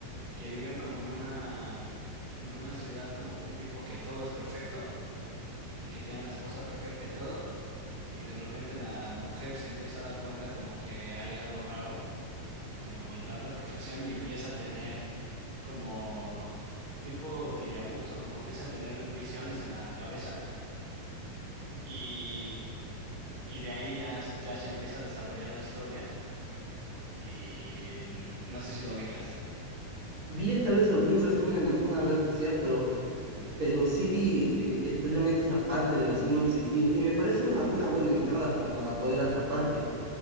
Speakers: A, on the right; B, on the right.
A: que viven como en una, en una ciudad como tipo que todo es perfecto y que tienen la esposa perfecta y todo. Y de repente la mujer se empieza a dar cuenta como que hay algo raro, como con tanta perfección, y empieza a tener como tipo de vus o como empieza a tener visiones en la cabeza. Y, y de ahí ya, s- ya se empieza a desarrollar la historia. Y mm, no sé si la ubicas.
B: Vi tal vez algún resumen en alguna red social, pero, pero sí vi eh, eh, precisamente esa parte de la sinopsis y, y me parece una, una buena entrada como para poder atraparte.